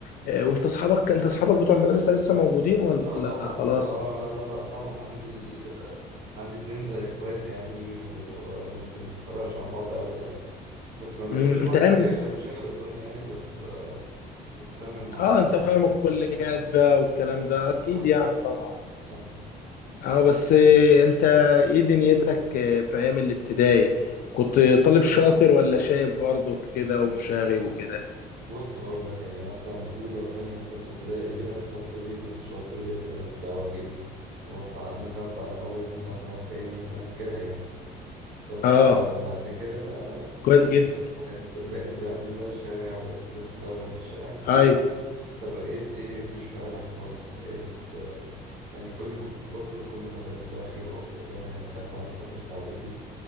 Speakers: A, on the left (about 60°); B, on the right (about 80°).
A: آه، وأنت أصحابك أنت أصحابك بتوع المدرسة لسه موجودين ولا
B: اه طبعا
A: خلاص؟
B: اه آه، لا لا لا طبعا عندي آه عندي اتنين زي اخواتي يعني وما بنتفرقش عن بعض ابدا يعني بس ما بنشوفش
A: مم،
B: بعض
A: أنت أيام
B: كتير عشان مشاغل الدنيا يعني بس آه بس فاهم المعزة
A: اه انت
B: واحد
A: فاهم الكليات
B: يعني
A: بقى والكلام ده اكيد
B: صح
A: يعني طبعا
B: صح
A: اه بس إيه، انت ايه دنيتك إيه، في ايام الابتدائي كنت طالب شاطر ولا شايب برضه كده ومشاغب وكده
B: بص هقول لك يعني مثلا اولى وتانية وتالتة ابتدائي كده الفترة دي كنت شاطر جدا وبتاع واجيب واطلع ممكن اطلع الاول ممكن اطلع التاني فاهم كده يعني بس
A: اه
B: آه، بعد كده بقى
A: كويس
B: ال...
A: جدا
B: اد- بقيت بنزل بقى الشارع بقيت بتسول في الشارع كتير
A: ايوه
B: فبقيت ايه مش فالح خالص بقيت آه، يعني كل ما كنت بكبر كل ما بقيت بخيب اكتر فاهم يعني دخلت على فترة اعدادي